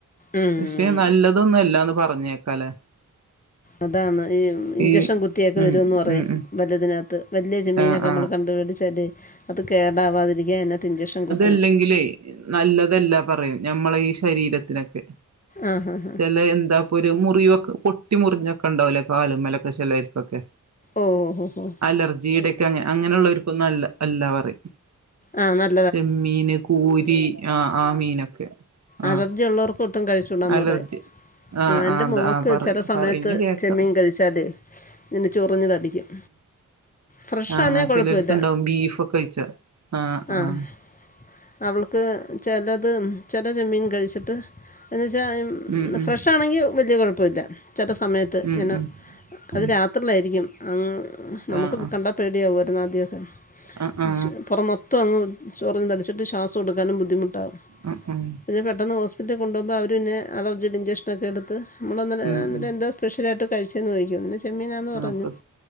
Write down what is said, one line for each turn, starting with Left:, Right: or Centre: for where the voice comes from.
Left: ഉം
Right: പക്ഷെ നല്ലതൊന്ന്അല്ലാന്ന് പറഞ്ഞേക്ക ലെ
Left: അതാന്ന് ഈ ഇഞ്ചക്ഷൻ
Right: ഈ
Left: കുത്തിയൊക്കെ
Right: ഉം
Left: വരൊന്ന് പറയും.
Right: ഉം ഉം
Left: വല്യതിനാത്ത് വല്യ ചെമ്മീനൊക്കെ
Right: ആ ആ
Left: നമ്മൾ കണ്ടപടി തന്നെ അത് കേടാവാതിരിക്കാ അയ്നത്ത് ഇഞ്ചക്ഷൻ കു
Right: ല്ലെങ്കിലേ നല്ലതല്ല പറയും ഞമ്മളീ ശരീരത്തിനൊക്കെ
Left: ആ ഹാ ഹാ
Right: ചെലെ എന്താ പ്പൊര് മുറിവൊക് പൊട്ടി മുറിഞ്ഞൊക്കെ ണ്ടാവുലെ കാലുമ്മലൊക്കെ ചെലൊൽകൊക്കെ
Left: ഓ ഹൊ ഹൊ
Right: അലർജിയ്ടെക്കെ അങ്ങ അങ്ങനെള്ളൊർക്കൊന്നും അല്ല അല്ലാ പറയ്
Left: ആ നത്
Right: ചെമ്മീന് കൂരി അ ആഹ് മീനൊക്കെ ആ
Left: അലർജി ഉള്ളോർ ഒട്ടും കഴിച്ചൂടാന്ന്
Right: അലർജി
Left: പറയ് ആ എൻ്റെ
Right: അത്
Left: മോൾക്ക്
Right: ആ പറയ
Left: ചെല സമയത്ത്
Right: പറയുന്ന കേക്കാം
Left: ചെമ്മീൻ കഴി ച്ചാലെ ഇങ്ങനെ ചൊറിഞ്ഞ് തടിക്കും ഫ്രഷാണേൽ
Right: ആഹ് ചെലോർക്ക്
Left: കുഴപ്പമില്ല
Right: ണ്ടാവും ബീഫൊക്കെ കയ്ച്ചാ ആഹ്
Left: ആ
Right: ആഹ്
Left: അവൾക്ക് ചെലത് ചെല ചെമ്മീൻ കയ്ച്ചിട്ട് എന്നച്ചാ
Right: ഉം ഉം
Left: ഫ്രഷാണെങ്കി വല്യ കൊഴപ്പല്ല ചെല സമയത്ത്
Right: ഉം
Left: ങ്ങനെ
Right: ഉം
Left: അത്
Right: ഉം
Left: രാ ത്രിലാര്ക്കും അങ്ങ് നമുക്ക്
Right: ആ ആ
Left: കണ്ടാ പേട്യാകുയാര്ന്ന് ആദ്യൊക്കെ
Right: ആ ആ
Left: <inaudible> പൊറംമൊ ത്തങ്ങ് ചൊറിഞ്ഞ് തട്ചിട്ട് ശ്വാസട്കാനും ബദ്ധിമുട്ടാവും
Right: ആഹ് ആഹ്
Left: പിന്നെ പെട്ടൊന്ന് ഹോസ്പിറ്റലിൽ കൊണ്ടോവ്മ്പ അവര് പിന്ന അലർജിയ്ടെ ഇന്റക്ഷനൊക്കെടുത്ത് നമ്മള്ന്ന് രെ
Right: ഉം ഉം
Left: രന്താ സ്പെഷ്യലായ്ട്ട് കയ്ച്ചെന്ന് ചോയ്ക്കും പിന്നെ ചെമ്മീനാന്ന് പറഞ്ഞു
Right: ആ അപ്പം